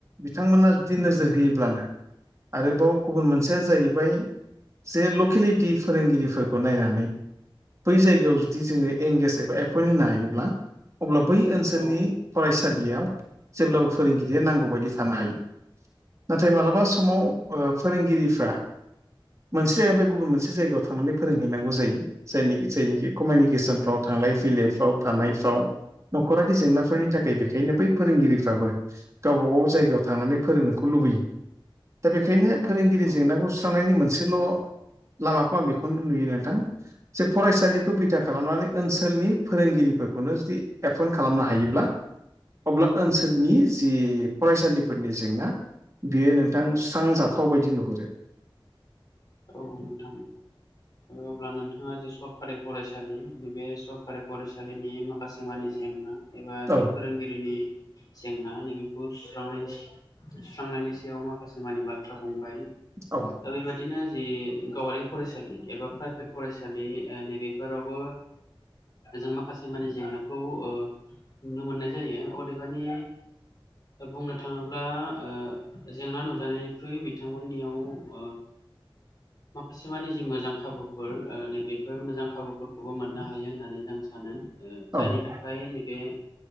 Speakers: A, on the right; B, on the left.
A: बिथांमोना जुदि नोजोर होयोब्लानो आरोबाव गुबुन मोनसेया जाहैबाय जे लकेलिटि फोरोंगिरिफोरखौ नायनानै बै जायगायाव जुदि जोङो एंगेज एबा एपइन्ट होनो हायोब्ला अब्ला बै ओनसोलनि
B: औ
A: फरायसालियाव जेब्लाबो फोरोंगिरिया नांगौ बयदि थानो हायो नाथाय मालाबा समाव ओ फोरोंगिरिफ्रा मोनसे जायगानिफ्राय गुबुन मोनसे जायगायाव थांनानै फोरोंहैनांगौ जायो। जायनि जायनिखि कमिनिकेसनफ्राव थांलाय फैलायफ्राव थानाय फ्राव न'खरारि जेंनाफोरनि थाखाय बेखायनो बै फोरोंगिरिफ्राबो गावबा गाव जायगायाव थांनानै फोरोंनोखौ लुबैयो दा बेखायनो फोरोंगिरि
B: औ
A: जेंनाखौ सुस्रांनायनि मोनसेल' लामाखौ आं बेखौनो नुयो नोंथां। जे फरायसालिखौ बिथा खालामनानै ओनसोलनि फोरोंगिरिफोर खौनो जुदि एपइनद खालामनो हायोब्ला अब्ला ओनसोलनि जि फरायसालिफोरनि जेंना बियो नोंथां सुस्रांजाथाव बायदि नुहुरो
B: औ नोंथां। अब्ला नोंथाङा जे सरखारि फरायसालि बे सरखारि फरायसालिनि मा खासेमानि जेंना एबा जि
A: औ
B: फोरोंगिरिनि जेंना <unintelligible> बेखौ सुस्रांनायनि सुस्रांनायनि सायाव माखासे मानि बाथ्रा बुंबाय।
A: औ ओं
B: दा बेबा दिनो जि गावारि फरायसालि एबा प्राइभेट फरायसालि ओ नैबेफोरावबो जों माखासे माने जेंनाखौ ओ नुनो मोननाय जायो। अदेबानि बुंनो थाङोब्ला ओ जेंना नुजानायनिख्रुइ -' बिथांमोननियाव आ माखासे मानि जि मोजां खाबुफोर नैबेफोर मोजां खाबुफोरखौबो मोननो हायो होननानै जों सानो। जायनि
A: औ ओं
B: थाखाय नैबे